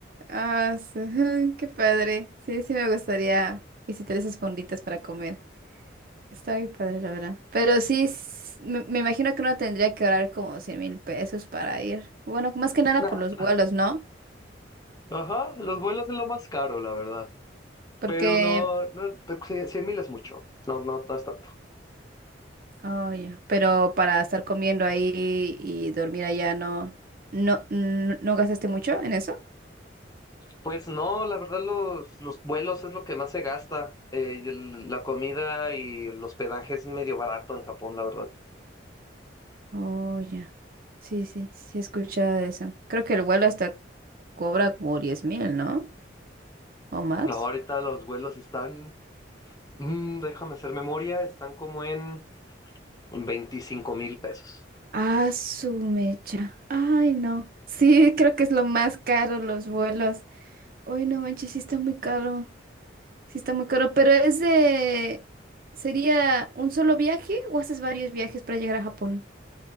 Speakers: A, on the right; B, on the left.
A: Ah, sí, <laughs> qué padre. Sí, sí me gustaría visitar esas fonditas para comer. Está muy padre, la verdad. Pero sí, s- me, me imagino que uno tendría que ahorrar como 100 mil pesos para ir. Bueno, más que nada
B: Nada,
A: por los vuelos, ¿no?
B: Ajá, los vuelos es lo más caro, la verdad.
A: Porque,
B: Pero no, no, cien mil es mucho. No, no, no es tanto.
A: oh, ya, Pero para estar comiendo ahí y dormir allá, ¿no? ¿No, no, no gastaste mucho en eso?
B: Pues no, la verdad los, los vuelos es lo que más se gasta. Eh, y el- la comida y el hospedaje es medio barato en Japón, la verdad.
A: Oh, ya. Sí, sí, sí he escuchado eso. Creo que el vuelo hasta cobra como diez mil, ¿no? ¿O más?
B: No, ahorita los vuelos están, mm, déjame hacer memoria, están como en veinticinco mil pesos.
A: Ah, su mecha. Ay, no. Sí, creo que es lo más caro los vuelos. Uy, no manches, sí está muy caro. Sí está muy caro, pero es de... ¿Sería un solo viaje o haces varios viajes para llegar a Japón?